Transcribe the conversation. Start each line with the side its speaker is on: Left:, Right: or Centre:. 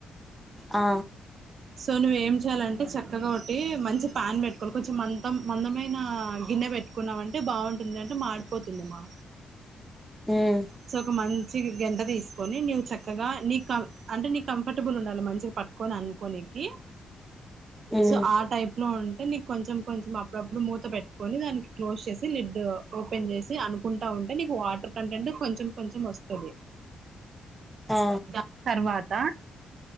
Centre: ఆ
Right: సో నువ్వు ఏం చేయాలంటే చక్కగా ఉ టి మంచి పాన్ పెట్టుకోవాలి కొంచెం మంట మందమైన గిన్నె పెట్టుకున్నాం అంటే బాగుంటుంది అంటే మాడి పోతుంది అమ్మ
Centre: ఉమ్
Right: సో ఒక మన్ చిగి గెంట తీసుకొని నీవు చక్కగా నీ క అంటే నీ కంఫర్టబుల్ ఉండాలి మంచిగా పట్టుకొని అనుకోని కీ
Centre: ఉమ్
Right: సో ఆ టైప్ లో ఉన్ అంటే నీకు కొంచెం కొంచెం అప్పుడప్పుడు మూత పెట్టుకొని దానికి క్లోజ్ చేసి లిడ్ ఓపెన్ చేసి అనుకుంటా ఉన్ అంటే నీకు వాటర్ కంటెంట్ కొం కొంచెం అస్తది.
Centre: ఆ
Right: దాని తర్వాత